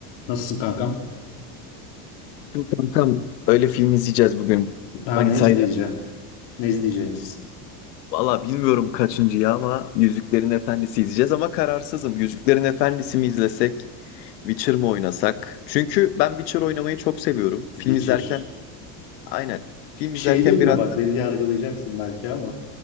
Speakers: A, on the left; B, on the left.
A: Nasılsın kankam?
B: Tam tam öyle film izleyeceğiz bugün
A: Ha
B: Manitayla.
A: ne izleyeceğim? Ne izleyeceğiniz?
B: Valla bilmiyorum kaçıncı ya ama Yüzüklerin Efendisi izleyeceğiz ama kararsızım. Yüzüklerin Efendisi mi izlesek, Witcher mı oynasak? Çünkü ben Witcher oynamayı çok seviyorum. Film
A: Witcher.
B: izlerken aynen. Film
A: Bir
B: izlerken
A: şey diyeyim
B: biraz
A: mi? Bak beni yargılayacaksın belki ama